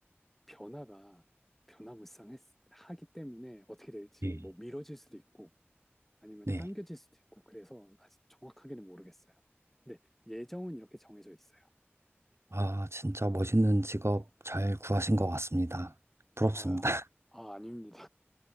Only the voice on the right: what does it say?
네.
네.
아, 진짜 멋있는 직업 잘 구하신 것 같습니다. 부럽습니다.